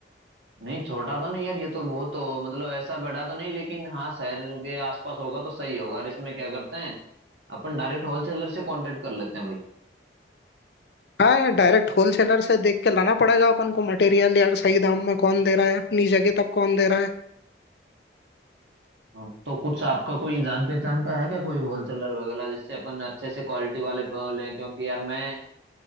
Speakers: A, on the right; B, on the left.
A: नहीं छोटा तो नहीं यार ये तो बहुत तो, मतलब ऐसा बड़ा तो नहीं लेकिन हाँ शहर के आसपास होगा तो सही होगा और इसमें क्या करते हैं अपन डायरेक्ट होलसेलर से कांटेक्ट कर लेते हैं भाई
B: हाँ यार, डायरेक्ट होलसेलर से देख के लाना पड़ेगा अपन को मटेरियल यार सही दाम में कौन दे रहा है अपनी जगह तक कौन दे रहा है
A: हाँ तो कुछ आपका कोई जान पहचान का है क्या कोई होलसेलर वगैरह जिससे अपन अच्छे से क्वालिटी वाले प- लें क्योंकि यार मैं